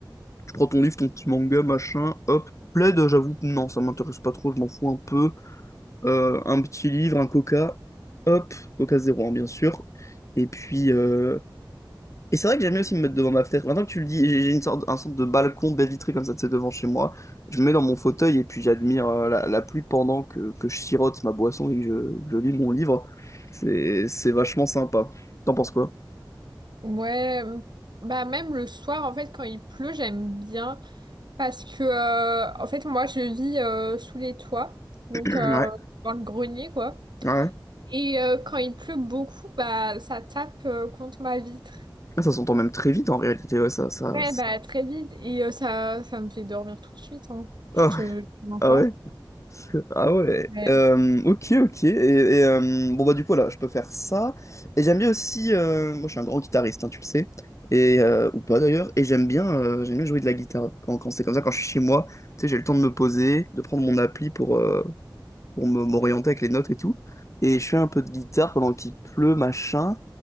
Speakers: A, on the left (about 40°); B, on the right (about 65°).
A: Je prends ton livre, ton petit manga, machin, hop. Plaid, j'avoue, que non, ça m'intéresse pas trop, je m'en fous un peu. euh, un petit livre, un coca, hop, coca zéro, hein, bien sûr. Et puis, euh, et c'est vrai que j'aime bien aussi me mettre devant ma fenêtre. Maintenant que tu le dis, j'ai j'ai une sorte, un sorte de balcon baie vitrée comme ça, tu sais, devant chez moi. Je me mets dans mon fauteuil et puis j'admire euh, la, la pluie pendant que, que je sirote ma boisson et que je, que je lis mon livre. C'est, c'est vachement sympa. T'en penses quoi? <clears throat>
B: Ouais, euh, bah, même le soir, en fait, quand il pleut, j'aime bien. Parce que, euh, en fait, moi, je vis euh, sous les toits. Donc,
A: Ouais,
B: euh, dans le grenier, quoi.
A: ouais.
B: Et euh, quand il pleut beaucoup, bah ça tape euh, contre ma vitre.
A: Ah, Ça s'entend même très vite en réalité, ouais, ça, ça.
B: Ouais, bah très vite. Et euh, ça, ça me fait dormir tout de suite, hein. Je
A: Ah,
B: te, je te mens
A: ah
B: pas.
A: ouais. Ah ouais,
B: Ouais,
A: euh, ok, ok. Et, et, euh, bon, bah, du coup, là, je peux faire ça. Et j'aime bien aussi. euh, moi, je suis un grand guitariste, hein, tu le sais. Et, euh, ou pas d'ailleurs. Et j'aime bien, euh, j'aime bien jouer de la guitare. Quand, quand c'est comme ça, quand je suis chez moi, tu sais, j'ai le temps de me poser, de prendre mon appli pour, euh, pour me- m'orienter avec les notes et tout. Et je fais un peu de guitare pendant qu'il pleut, machin.